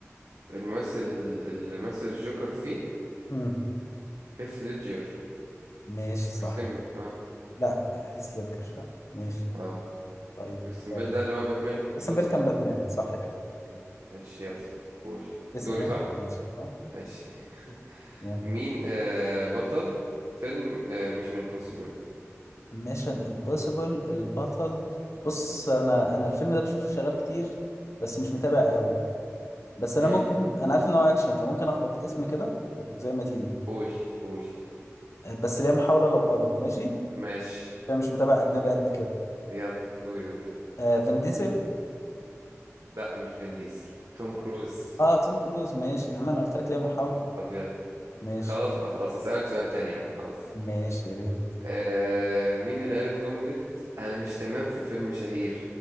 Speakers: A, on the right; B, on the left.
A: الممثل ال- اللي مثل الجوكر فيه
B: مم.
A: هيث ليدجر
B: ماشي صح
A: كريستيان بيل اه
B: لا هيث ليدجر فعلا ماشي
A: اه
B: طيب
A: كريستيان
B: آه.
A: بيل ده اللي هو باتمان في
B: اسم
A: الجزء
B: بيل كان
A: ده
B: باتمان صح كده
A: مم. ماشي يلا قول
B: اسأل
A: دوري
B: انت
A: صح
B: يا باشا. اه آه.
A: ماشي <laughs>
B: يلا
A: مين آه بطل فيلم آه ميشن امبوسيبل
B: ميشن امبوسيبل البطل بص انا انا الفيلم ده بشوفه شغال كتير بس مش متابع قوي بس انا
A: امم
B: ممكن انا عارف ان هو اكشن فممكن اخبط اسم كده وزي ما تيجي
A: قول قول
B: آه، بس ليا محاولة لو غلط ماشي
A: ماشي
B: انا مش متابع اجنبي قد كده
A: يلا قول قول
B: آه فين ديزل
A: لا مش فين ديزل توم
B: طب-
A: كروز
B: اه توم كروز ماشي يا عم انا قلت لك ليه محاولة
A: ابيض
B: ماشي
A: خلاص بقى خلاص اسالك سؤال تاني يا عم خلاص
B: ماشي يا ريت
A: آه مين اللي قالت جملة انا مش تمام في فيلم شهير